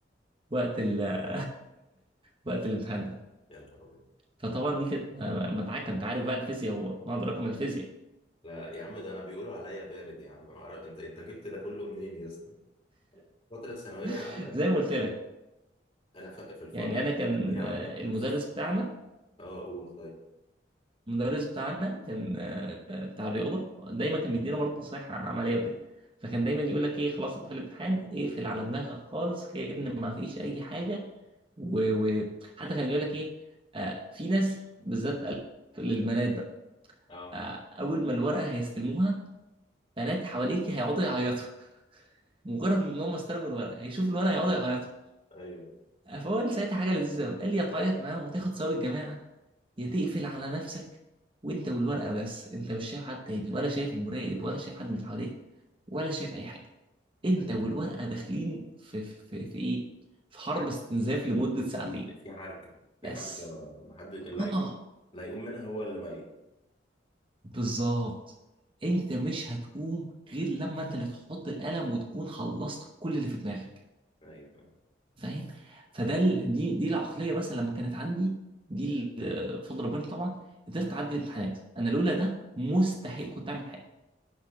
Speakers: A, on the right (about 30°); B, on the left (about 30°).
A: وقت ال <laughs> وقت الامتحان ده
B: يا نهار ابيض
A: فطبعا دي كانت مدعكه انت عارف بقى الفيزياء وما ادراك ما الفيزياء
B: لا يا عم ده انا بيقولوا عليا بارد يا عم ما اعرف انت انت جبت ده كله منين يا اسطى فتره ثانويه عامه
A: <laughs>
B: دي
A: زي ما قلت لك
B: انا ف... في الفتره
A: يعني انا كان
B: ثانويه عامه
A: آه،
B: في
A: المدرس
B: نص السنه
A: بتاعنا
B: اه قول طيب
A: المدرس بتاعنا كان آه، آه، بتاع الرياضه دايما كان بيدينا برضه نصايح عمليه وكده فكان دايما يقول لك ايه خلاص انت في الامتحان اقفل على دماغك خالص كأن ما فيش اي حاجه وحتى
B: مم.
A: كان بيقول لك ايه آه، في ناس بالذات قال للبنات بقى
B: اه
A: آه، اول ما الورقه هيستلموها بنات حواليك هيقعدوا يعيطوا <laughs> مجرد ان هم استلموا الورقه هيشوفوا الورقه هيقعدوا يعيطوا
B: ايوه
A: فهو قال ساعتها حاجه لذيذه قوي قال لي يا تعيط معاه وتاخد ثواب الجماعه يا تقفل على نفسك وانت والورقه بس انت مش شايف حد تاني ولا شايف المراقب ولا شايف حد من حواليك ولا شايف اي حاجه انت
B: ايوه
A: والورقه داخلين في في, في ايه في حرب
B: عارف،
A: استنزاف لمده ساعتين
B: في في عركه في
A: بس
B: عركه ما ما حد اللي
A: اه
B: هيقوم اللي هيقوم منها هو اللي ميت
A: بالظبط انت مش هتقوم غير لما انت اللي تحط القلم وتكون خلصت كل اللي في دماغك
B: ايوه
A: فاهم فده ال... دي دي العقليه مثلا لما كانت عندي دي ال- بفضل ربنا طبعا قدرت اعدي الامتحانات انا لولا ده مستحيل كنت اعمل حاجه